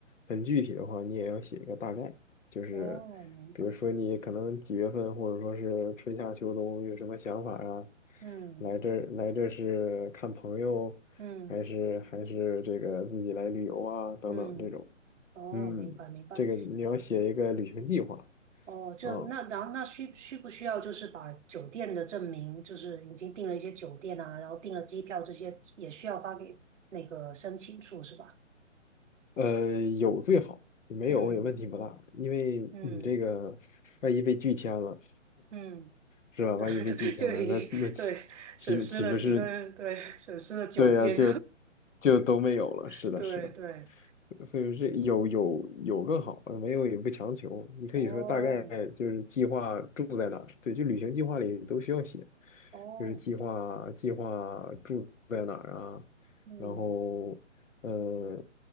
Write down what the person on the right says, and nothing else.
哦，明白。
嗯
嗯
嗯，哦，
明白明白。
哦，就那然后那需需不需要就是把酒店的证明，
就是已经订了一些酒店啊，然后订了机票这些也需要发给那个申请处是吧？
嗯
嗯嗯，
那
<laughs> 就就已经对损失了几个，
人，对损失了酒店，
<laughs>
对对，
哦
哦，
嗯